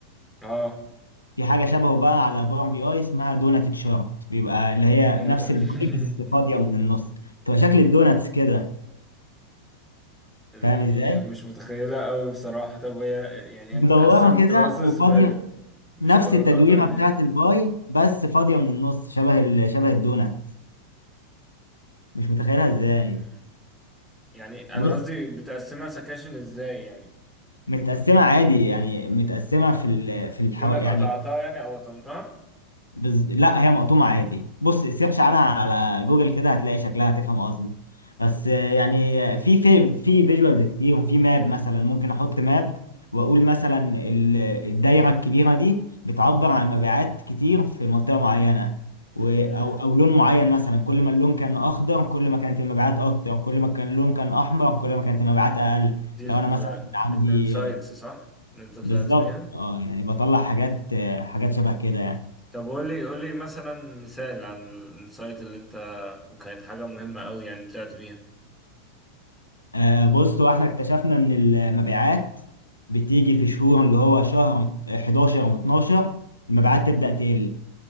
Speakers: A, in the centre; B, on the left (about 80°).
A: اه
B: في حاجة شبهه بقى على باور بي اي اسمها دونات شارت بيبقى اللي هي
A: ايه
B: نفس
A: ده
B: الباي
A: <laughs>
B: بس فاضية من النص تبقى شكل الدوناتس كده
A: يعني
B: فاهم ازاي؟
A: مش متخيلة قوي بصراحة طب هي يعني
B: مدورة
A: هي بتتقسم
B: كده
A: كلاسز
B: وفاضية
A: ب... بشوكولاتات
B: نفس التدويرة
A: ولا
B: بتاعت
A: ايه
B: الباي بس فاضية من النص شبه ال... شبه الدونات مش متخيلها
A: مم.
B: ازاي
A: يعني
B: بص
A: انا قصدي بتقسمها سكاشن ازاي يعني
B: متقسمة عادي يعني متقسمة في ال... في الحو...
A: كأنك
B: يعني
A: قطعتها يعني او قطمتها
B: بز... لا هي مقطومة عادي بص سيرش عنها على جوجل كده هتلاقي شكلها هتفهم قصدي بس آه، يعني آه، في في في فيجوالز كتير وفي ماب مثلا ممكن احط ماب واقول مثلا ال- الدايرة الكبيرة دي بتعبر عن مبيعات كتير في منطقة معينة
A: مم.
B: و... او او لون معين مثلا كل ما اللون كان اخضر كل ما كانت المبيعات اكتر كل ما كان اللون كان احمر كل ما كانت المبيعات اقل
A: دي ال...
B: لو انا مثلا عندي
A: الانسايتس
B: آه،
A: صح اللي انت طلعت
B: بالظبط
A: بيها
B: اه يعني بطلع حاجات آه، حاجات شبه كده يعني
A: طب قول لي قول لي مثلا مثال عن الانسايت اللي انت وكانت حاجة مهمة قوي يعني طلعت بيها
B: آه، بص هو احنا اكتشفنا ان المبيعات بتيجي في شهور اللي هو شهر 11 و12 المبيعات تبدأ تقل